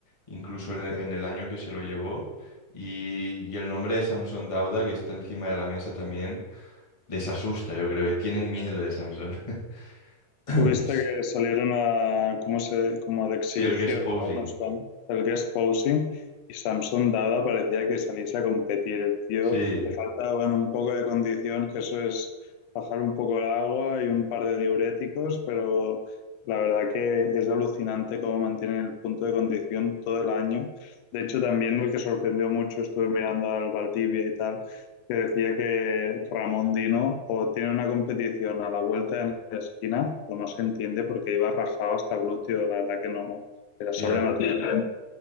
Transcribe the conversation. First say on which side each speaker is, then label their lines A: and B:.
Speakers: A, on the left; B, on the left.
A: incluso en en el año que se lo llevó. Y, y el nombre de Samson Dauda, que está encima de la mesa también, les asusta, yo creo que tienen miedo de Samson. <clears throat>
B: Tuviste que salieron a, cómo se, como de exhibición,
A: Sí, el guest posing.
B: ¿no? Unos fan- el guest posing, y Samson Dada parecía que saliese a competir. El tío
A: Sí,
B: le faltaba bueno, un poco de condición, que eso es bajar un poco el agua y un par de diuréticos, pero la verdad que es alucinante cómo mantiene el punto de condición todo el año. De hecho, también el que sorprendió mucho, estuve mirando al Valdivia y tal, que decía que Ramón Dino o tiene una competición a la vuelta de la esquina o no se entiende porque iba rajado hasta glúteo, la verdad que no, era sobrenatural.
A: ya.